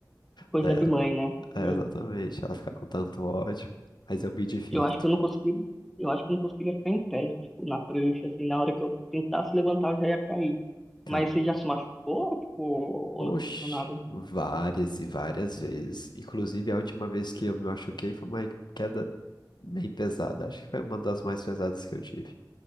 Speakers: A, in the centre; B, on the left.
A: É Coisa
B: Daí ela,
A: de mãe, né?
B: é,
A: É,
B: exatamente, ela fica com tanto ódio, mas eu me divirto.
A: eu acho que eu não consegui, eu acho que eu não conseguiria ficar em pé, tipo, na prancha, assim, na hora que eu tentasse levantar, eu já ia cair.
B: Cara,
A: Mas você já se machucou, tipo, ou
B: Oxe,
A: não aconteceu nada?
B: várias e várias vezes. Inclusive, a última vez que eu me machuquei foi uma queda bem pesada. Acho que foi uma das mais pesadas que eu tive